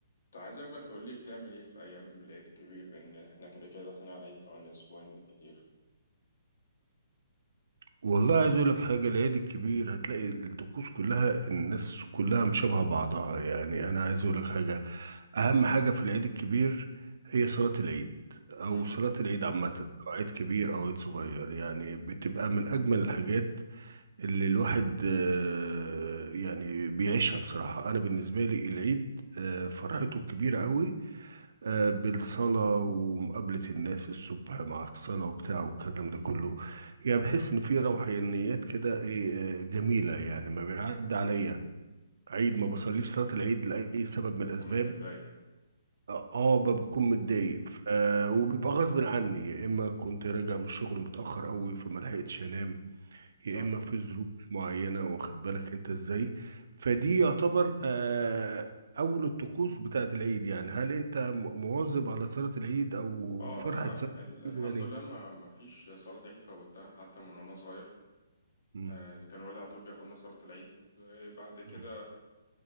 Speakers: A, on the left; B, on the right.
A: كنت عايزك بقى تقولي بتعمل ايه في ايام العيد الكبير بان احنا كده كده داخلين على العيد كمان اسبوعين بالكتير
B: والله عايز اقول لك حاجه العيد الكبير هتلاقي الطقوس كلها الناس كلها مشابهه بعضها يعني انا عايز اقول لك حاجه اهم حاجه في العيد الكبير هي صلاه العيد او
A: امم
B: صلاه العيد عامه سواء عيد كبير او عيد صغير يعني بتبقى من اجمل الحاجات اللي الواحد آه، يعني بيعيشها بصراحه انا بالنسبه لي العيد آه، فرحته كبيره قوي آه، بالصلاة ومقابلة الناس الصبح مع الصلاة وبتاع والكلام ده كله يعني بحس إن في روحانيات كده إيه آه، جميلة يعني ما بيعدي عليا عيد ما بصليش صلاة العيد لأي سبب
A: بكون
B: من الأسباب
A: متضايق
B: آه آه، بكون متضايق ف- آه، وبيبقى غصب عني يا إما كنت راجع من الشغل متأخر أوي فما لحقتش أنام
A: صح
B: يا اما في ظروف معينه واخد بالك انت ازاي فدي يعتبر آه، اول الطقوس بتاعت العيد يعني هل انت م- مواظب على صلاه العيد او
A: اه
B: فرحه
A: انا
B: صلاه
A: ال... الحمد
B: العيد يعني
A: لله ما ما فيش صلاة عيد فوتها حتى من وانا صغير
B: مم.
A: آه كان والدي على طول بياخدنا صلاة العيد آه بعد كده
B: مم.